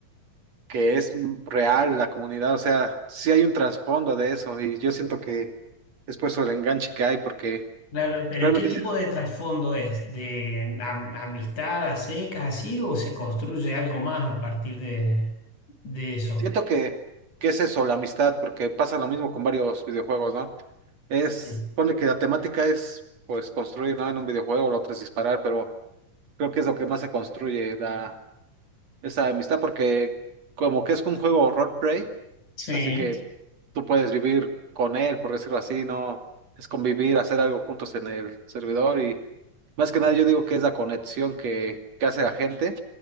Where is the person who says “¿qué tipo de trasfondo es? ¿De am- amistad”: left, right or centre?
Left